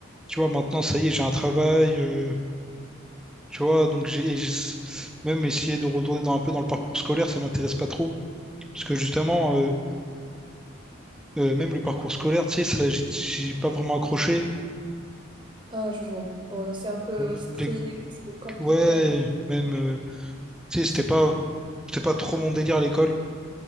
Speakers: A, in the centre; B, on the right (about 25°).
A: tu vois, maintenant, ça y est, j'ai un travail. euh, tu vois, donc j'ai et j'ai- même essayé de retourner dans un peu dans le parcours scolaire, ça m'intéresse pas trop. Parce que justement, euh, Euh, même le parcours scolaire, tu sais, ça, j'ai j'ai pas vraiment accroché.
B: Ah, je vois. Ouais, c'est un peu
A: Voilà.
B: strict,
A: Dès que-
B: c'est compliqué.
A: Ouais,
B: un peu.
A: même, euh, tu sais, c'était
B: Surtout,
A: pas, c'était pas
B: ouais,
A: trop mon délire à l'école.